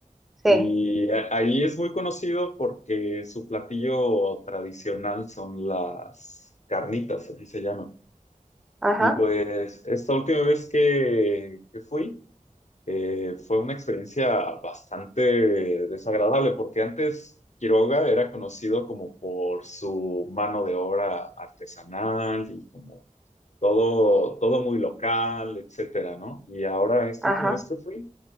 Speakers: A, in the centre; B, on the left.
A: Sí.
B: Y a- ahí es muy conocido porque su platillo tradicional son las carnitas, así se llama.
A: Ajá,
B: Y pues esta última vez que, que fui, eh, fue una experiencia bastante desagradable porque antes Quiroga era conocido como por su mano de obra artesanal y como todo, todo muy local, etcétera, ¿no? Y ahora, esta
A: ajá.
B: última vez que fui,